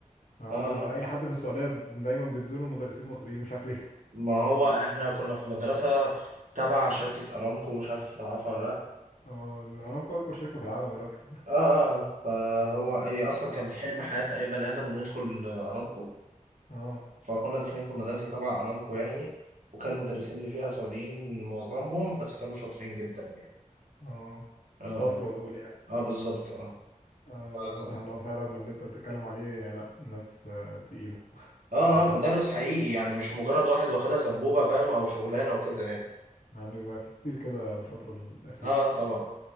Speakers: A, on the left; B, on the right.
A: أنا
B: اه
A: عمري
B: آه.
A: ما اي حد في السعودية دايما بيدوله مدرسين مصريين مش عارف ليه
B: ما هو احنا كنا في مدرسه تبع شركه ارامكو مش عارف انت تعرفها ولا لا
A: <laughs> اه ارامكو اكبر شركة في العالم يا راجل
B: اه اه آه. فهو هي اصلا كان حلم حياة اي بني ادم انه يدخل آه، ارامكو
A: <laughs> اه
B: فكنا داخلين في مدرسة تبع ارامكو يعني وكان المدرسين اللي فيها سعوديين معظمهم بس كانوا شاطرين جدا يعني
A: اه
B: اه
A: الصفوة دول يعني
B: اه اه بالظبط اه
A: اه
B: اه
A: الواضح ان هو فعلا من اللي انت بتتكلم عليه لا ناس آه، تقيلة
B: اه
A: مش اي
B: آه،
A: حد
B: مدرس
A: آه.
B: حقيقي يعني مش مجرد واحد واخدها سبوبة فاهم او شغلانة وكده يعني
A: مع انه بقى في كتير كده الفترة الأخيرة
B: اه اه طبعا